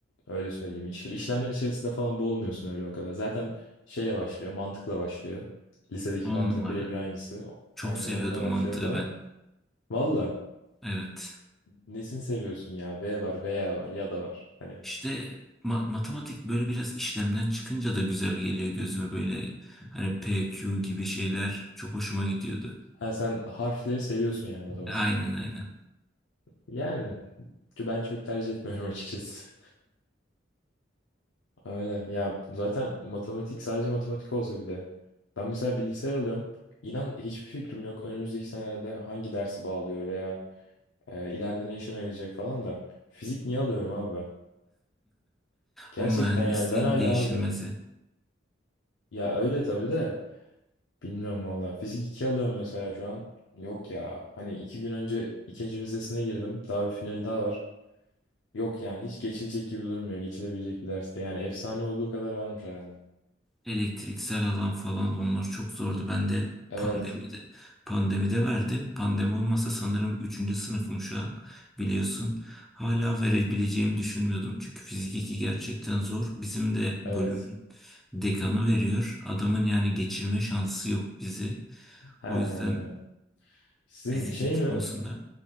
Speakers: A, on the left (about 80°); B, in the centre.
A: Öyle söyleyeyim. İş, işlemlerin içerisinde falan boğulmuyorsun öyle o kadar. Zaten şeyle başlıyor, mantıkla başlıyor. Lisedeki
B: On
A: mantığın
B: numara.
A: birebir aynısı.
B: Çok
A: Aynen
B: seviyordum
A: onunla başlıyor
B: mantığı
A: falan.
B: ben.
A: Valla
B: Evet.
A: nesini seviyorsun ya? V var, veya var, ya da var. Hani
B: İşte ma- matematik böyle biraz işlemden çıkınca da güzel geliyor gözüme böyle hani P, Q gibi şeyler çok hoşuma gidiyordu.
A: ha sen harfleri seviyorsun yani matematikte.
B: Aynen aynen.
A: Yani ben çok tercih etmiyorum <laughs> açıkçası. Öyle. Ya zaten matematik sadece matematik olsa bir de. Ben mesela bilgisayar alıyorum. İnan hiçbir fikrim yok. Önümüzdeki senelerde hangi dersi bağlıyor veya e, ileride ne işime yarayacak falan da. Fizik niye alıyorum abi ben? Gerçekten
B: O mühendisliğin
A: yani ben hala
B: değişilmezi.
A: oradayım. Ya öyle tabii de bilmiyorum valla. Fizik 2 alıyorum mesela şu an. Yok ya. Hani iki gün önce ikinci vizesine girdim. Daha bir final daha var. Yok yani hiç geçilecek gibi durmuyor. Geçilebilecek bir derste. Yani efsane olduğu kadar varmış herhalde.
B: Elektriksel alan falan onlar çok zordu. Ben de
A: Evet.
B: pandemide pandemide verdim. Pandemi olmasa sanırım üçüncü sınıfım şu an biliyorsun. Hala verebileceğimi düşünmüyordum. Çünkü fizik 2 gerçekten zor. Bizim de
A: Evet.
B: bölümün dekanı veriyor. Adamın yani geçirme şansı yok bizi.
A: He.
B: O yüzden
A: Sizin
B: fizik
A: şey
B: 2
A: mi?
B: konusunda